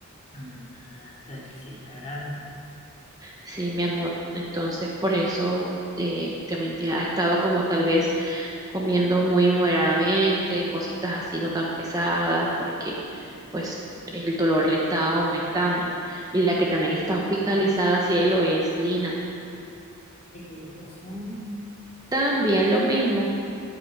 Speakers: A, on the left; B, on the right.
A: Anda, entonces sí está grave.
B: Sí, mi amor. Entonces, por eso eh, también tiene- ha estado como tal vez comiendo muy moderadamente, cositas así no tan pesadas, porque pues el dolor le está aumentando. Y la que también está hospitalizada, cielo, es Lina.
A: ¿De qué le pasó, amor?
B: También lo mismo.